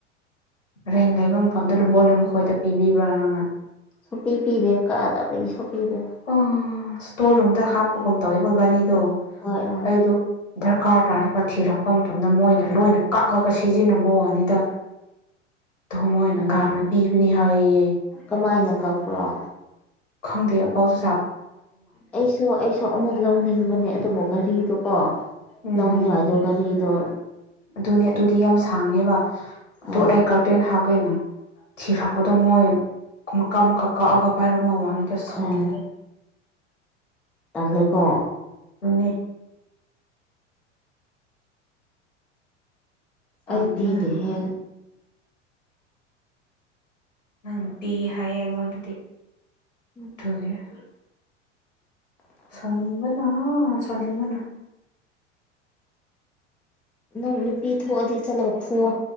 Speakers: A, on the left; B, in the centre.
A: ꯔꯦꯟ ꯂꯩꯕ ꯃꯐꯝꯗꯨꯗ ꯕꯣꯜ ꯗꯨ ꯃꯈꯣꯏꯗ ꯄꯤꯕꯤꯕ꯭ꯔꯥ ꯅꯪꯅ
B: ꯁꯨꯛꯄꯤ ꯄꯤꯗꯦ ꯀꯥꯗꯕꯒꯤꯁꯨ ꯄꯤꯗꯦ
A: ꯑ ꯏꯁꯇꯣꯔ ꯔꯨꯝꯗ ꯍꯥꯞꯄꯒꯨꯝ ꯇꯧꯋꯦꯀꯣ ꯏꯕꯥꯅꯤꯗꯣ
B: ꯍꯣꯏ ꯍꯣꯏ
A: ꯑꯩꯗꯣ ꯗꯔꯀꯥꯔ ꯇꯥꯔꯒ ꯊꯤꯔꯛꯄ ꯃꯇꯝꯗ ꯃꯣꯏꯅ ꯂꯣꯏꯅ ꯀꯛꯑꯒ ꯁꯤꯖꯤꯟꯅꯕ ꯋꯥꯅꯤꯗ ꯑꯗꯨ ꯃꯣꯏꯅ
B: ꯎꯝ
A: ꯒꯥꯟꯅ ꯄꯤꯕꯅꯤ ꯍꯥꯏꯌꯦꯌꯦ
B: ꯀꯃꯥꯏꯅ ꯀꯛꯄ꯭ꯔꯣ
A: ꯈꯪꯗꯦ ꯄꯥꯎꯁꯦ
B: ꯑꯩꯁꯨ ꯑꯩꯁꯨ ꯑꯃꯨꯛ ꯂꯧꯅꯤꯡꯕꯅꯦ ꯑꯗꯨꯕꯨ ꯘꯔꯤꯗꯨꯀꯣ
A: ꯎꯝ
B: ꯂꯧꯅꯤꯉꯥꯏꯗꯣ ꯒꯥꯔꯤꯗꯣ
A: ꯑꯗꯨꯅꯦ ꯑꯗꯨꯗꯤ ꯌꯥꯝ ꯁꯥꯡꯉꯦꯕ ꯑꯗꯨ
B: ꯑꯥ
A: ꯑꯩ ꯀꯥꯔꯇꯦꯟ ꯍꯥꯞꯒꯦꯅ ꯊꯤꯔꯛꯄꯗꯣ ꯃꯣꯏ ꯃꯀꯛ ꯃꯀꯛ ꯀꯛꯑꯒ ꯄꯥꯏꯔꯝꯕ ꯋꯥꯅꯤꯗ ꯁꯥꯎꯅꯤꯡꯉꯦ
B: ꯑꯦ ꯇꯜꯂꯦꯀꯣ
A: ꯑꯅꯤ ꯁꯥꯎꯅꯤꯡꯕ
B: ꯑꯩ ꯄꯤꯗꯦꯍꯦ
A: ꯅꯪ ꯅꯪꯅ ꯄꯤ ꯍꯥꯏꯌꯦ ꯑꯩꯉꯣꯟꯗꯗꯤ
B: <inaudible>
A: ꯂꯣꯏꯔꯦ ꯁꯥꯎꯅꯤꯡꯕꯅ ꯁꯥꯎꯅꯤꯡꯕꯅ
B: ꯅꯪ ꯅꯨꯄꯤ ꯊꯣꯛꯑꯗꯤ ꯆꯠꯂꯒ ꯐꯨꯋꫭ